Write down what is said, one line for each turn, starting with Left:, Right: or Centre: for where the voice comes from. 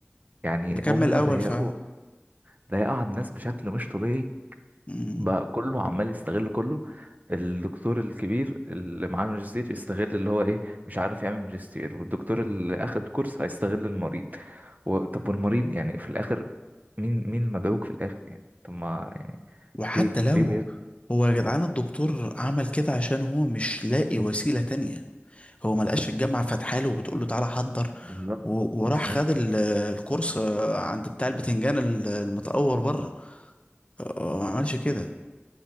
Right: يعني
Left: مكمل
Right: هم
Left: أول
Right: ضيقوا
Left: فعلا
Right: ضيقوا على الناس بشكل مش طبيعي
Left: مم.
Right: بقى كله عمال يستغل كله الدكتور الكبير اللي معاه ماجستير يستغل اللي هو ايه مش عارف يعمل ماجستير والدكتور اللي اخد كورس هيستغل المريض و... طب والمريض يعني في الاخر مين مين المدعوك في الاخر يعني طب ما يعني
Left: وحتى
Right: ليه
Left: لو
Right: ليه بي...
Left: هو يا جدعان الدكتور عمل كده عشان هو مش لاقي وسيلة تانية هو ما لقاش الجامعة فاتحه له وبتقول له تعالى حضر
Right: بالظبط
Left: و- وراح
Right: بالظبط
Left: خد ال- الكورس عند بتاع البتنجان ال- المتأور بره آه، آه، ما عملش كده